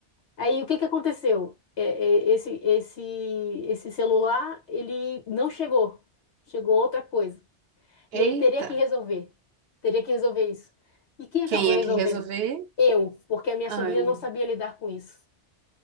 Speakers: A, on the left (about 75°); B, on the right (about 65°).
A: Aí o que que aconteceu? É, é, esse, esse, esse celular, ele não chegou. Chegou outra coisa. E
B: Eita,
A: aí teria que resolver. Teria que resolver isso. E quem acabou
B: quem
A: resolvendo?
B: é que resolver?
A: Eu, porque a minha
B: Anne.
A: sobrinha não sabia lidar com isso.